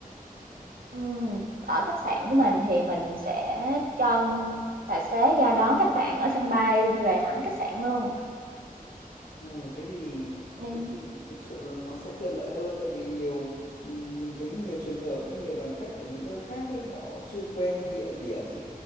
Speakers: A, on the right; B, on the left.
A: ừm, ở khách sạn của mình thì mình sẽ cho tài xế ra đón các bạn ở sân bay về thẳng khách sạn luôn,
B: Ồ, thế thì
A: nên
B: thế thì thực sự là nó sẽ tiện lợi hơn tại vì nhiều ừm, mình thấy nhiều trường hợp với nhiều đoàn khách ở những nơi khác ấy họ chưa quen địa điểm ý,